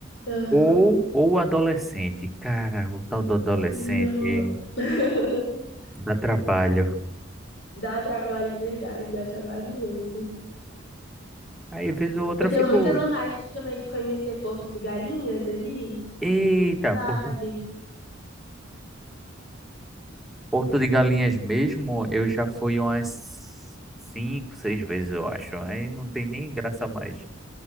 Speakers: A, on the left; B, in the centre.
A: Aham.
B: Ou, ou adolescente. Cara, o tal do adolescente
A: Não. <laughs>
B: dá trabalho.
A: Dá trabalho, verdade, dá trabalho mesmo.
B: Aí, vez ou outra,
A: Eu
B: eu
A: tenho
B: fico.
A: muita vontade também de conhecer Porto de Galinhas ali,
B: Eita,
A: sabe?
B: Porto, Porto de Galinhas mesmo, eu já fui umas cinco, seis vezes, eu acho. Aí não tem nem graça mais.